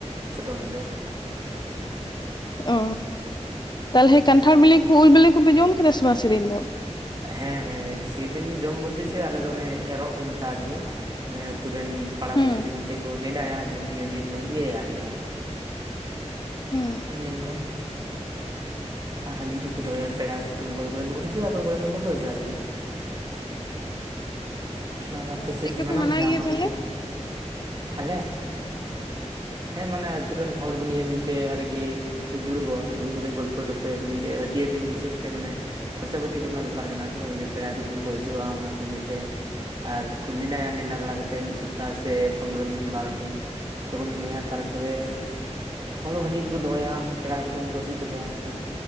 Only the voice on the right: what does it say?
ᱪᱷᱳᱴᱳ ᱢᱳᱴᱳ
ᱦᱮᱸ ᱦᱮᱸ ᱥᱮᱫᱤᱱ ᱡᱚᱢ ᱵᱚᱞᱛᱮ ᱪᱮ ᱟᱞᱮ ᱫᱚ ᱚᱱᱮ ᱮᱨᱚᱜ ᱠᱚ ᱢᱮᱛᱟᱜᱼᱟ ᱟᱨᱠᱤ ᱱᱤᱣᱟᱹ ᱟᱛᱩᱨ ᱨᱮᱱ ᱯᱟᱲᱟ
ᱯᱩᱲᱥᱤᱛᱮ ᱢᱤᱫᱴᱮᱡ ᱠᱚ ᱱᱮᱰᱟᱭᱟ ᱡᱮ ᱱᱤᱭᱟᱹ ᱫᱤᱱ ᱵᱤᱱ ᱤᱭᱟᱹᱭᱟ ᱟᱨᱠᱤ
ᱱᱮᱝᱠᱟ ᱦᱟᱺᱰᱤ ᱠᱚᱠᱚ ᱫᱚᱦᱚᱭᱟ ᱯᱮᱲᱟ ᱚᱠᱚᱭ ᱠᱚᱨᱮᱱ ᱠᱚ ᱦᱤᱡᱩᱜᱼᱟ ᱚᱠᱚᱭ ᱠᱚᱨᱮᱱ ᱫᱚ ᱵᱟᱠᱚ ᱦᱤᱡᱩᱜᱼᱟ ᱟᱨᱠᱤ ᱟᱨ ᱟᱯᱮ
ᱥᱮᱫ
ᱢᱟᱱᱟᱣ
ᱠᱮᱫᱟ
ᱟᱢᱵᱟᱵᱚᱛᱤ
ᱟᱞᱮ ᱦᱮᱸ ᱢᱟᱱᱮ ᱟᱛᱳ ᱨᱮᱱ ᱦᱚᱲ ᱠᱚ ᱱᱤᱭᱮ ᱢᱤᱫᱴᱮᱡ ᱟᱨᱜᱮ ᱠᱩ ᱫᱩᱲᱩᱵᱚᱜᱼᱟ ᱫᱩᱬᱩᱵᱽᱼᱟ ᱯᱚᱴᱚᱯ ᱛᱟᱭᱟ ᱠᱚ ᱢᱤᱫᱴᱮᱡ ᱦᱟᱹ ᱡᱮ ᱫᱤᱱ ᱦᱤᱥᱟᱹᱵ ᱛᱮ ᱢᱟᱱᱮ ᱠᱷᱚᱨᱪᱟ ᱯᱟᱹᱛᱤ ᱠᱚᱨᱮᱱᱟᱜ ᱵᱮᱯᱟᱨ ᱢᱮᱱᱟᱜᱼᱟ ᱛᱚ ᱡᱮ ᱯᱮᱲᱟ ᱠᱩᱴᱩᱢ ᱠᱚ ᱦᱤᱡᱩᱜᱼᱟ ᱚᱱᱟ ᱠᱚ ᱤᱭᱟᱹᱛᱮ ᱟᱨ ᱠᱚ ᱱᱮᱰᱟᱭᱟ ᱱᱮᱰᱟ ᱵᱟᱲᱟ ᱠᱟᱛᱮᱫ ᱢᱤᱫ ᱥᱚᱯᱛᱟᱦ ᱥᱮ ᱯᱚᱱᱨᱚ ᱫᱤᱱ ᱵᱟᱨᱚ ᱫᱤᱱ ᱚᱠᱚᱭ ᱠᱚ ᱱᱤᱰᱟᱭᱟ ᱛᱟᱨᱯᱚᱨᱮ ᱦᱚᱲᱚ ᱦᱟᱺᱰᱤ ᱠᱚᱠᱚ ᱫᱚᱦᱚᱭᱟ ᱯᱮᱲᱟ ᱠᱩᱴᱩᱢ ᱠᱚ ᱦᱤᱡᱩᱜ ᱛᱚᱠᱚᱣᱟ ᱱᱟᱜ